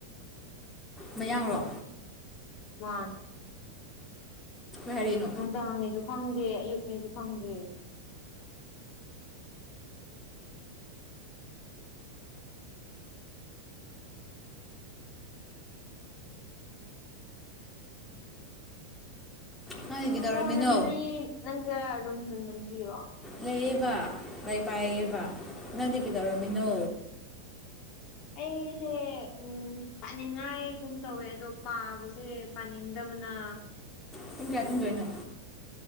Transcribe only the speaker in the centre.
ꯃꯌꯥꯡꯔꯣ
ꯍꯔꯤꯅꯣ
ꯅꯪꯗꯤ ꯀꯩꯗꯧꯔꯝꯃꯤꯅꯣ
ꯂꯩꯌꯦꯕ ꯃꯥꯏ ꯄꯥꯏꯌꯦꯕ ꯅꯪꯗꯤ ꯀꯩꯗꯧꯔꯝꯃꯤꯅꯣ
ꯑꯗꯨꯨꯝ ꯀꯌꯥ ꯇꯨꯝꯗꯣꯏꯅꯣ